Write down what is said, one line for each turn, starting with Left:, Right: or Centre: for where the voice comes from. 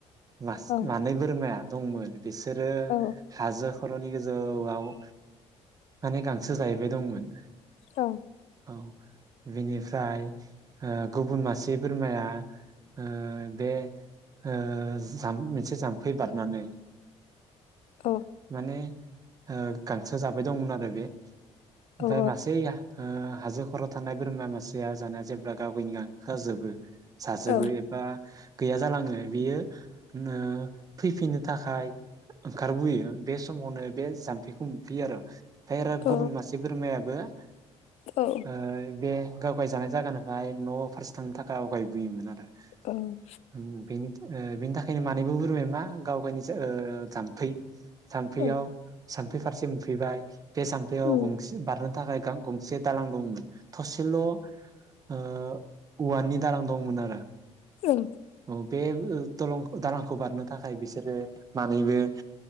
Right: मास
Left: आं
Right: मानै बोरमाया दंमोन बिसोरो
Left: औ
Right: हाजो खरनि गोजौआव माने गांसो जाहैबाय दंमोन
Left: औ
Right: औ बेनिफ्राय ओ गुबुन मासे बोरमाया ओ बे ओ जाम मोनसे जाम्फै बारनानै
Left: औ
Right: माने ओ गांसो जाबाय दंमोन आरो बे ओमफ्राय
Left: औ
Right: मासेया ओ हाजो खराव थानाय बोरमा मासेया जानाया जेब्ला गाव गावनि गांखोआ जोबो साजोबो
Left: औ
Right: एफा गैया जालाङो बियो ओ फैफिननो थाखाय ओंखारबोयो बे समावनो बे जाम्फैखौ मोनफैयो आरो ओमफाय रो
Left: औ
Right: गुबुन मासे बोरमाया <unintelligible>
Left: औ
Right: ओइ बे गावगाय जानाय जायगानिफ्राय न फारसे थांनो थाखाय आवगायबोयोमोन आरो उम
Left: औ
Right: बेनि ओ बिनि थाखायनो मानैबो बुरबाय मा गाव गावनि ओ जानथै सानफैयाव
Left: औ
Right: सानफै फारसे मोनफैबाय बे जामफैयाव
Left: उम
Right: गंसे बारनो थाखाय गां-गंसे दालां दंमोन थसेल ओ औवानि दालां दंमोन आरो
Left: औ
Right: औ बे ओ दलं दालां खौ बारनो थाखाय बिसोरो मानैबो ओ